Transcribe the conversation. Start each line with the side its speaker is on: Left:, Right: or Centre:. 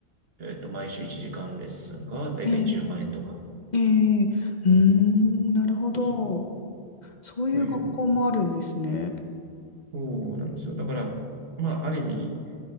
Right: えっと、毎週1時間レッスンがだいたい10万円とか。
Left: ええええうーん、なるほど。
Right: そうそう。
Left: そういう学校もあるんですね。
Right: そういう、そうなんですよ。だから、まあ、ある意味、